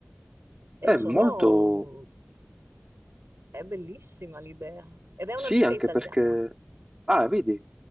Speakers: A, on the right; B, on the right.
A: è
B: E sono
A: molto...
B: è bellissima l'idea. Ed è
A: Sì,
B: una ditta
A: anche
B: italiana.
A: perché... Ah, vedi,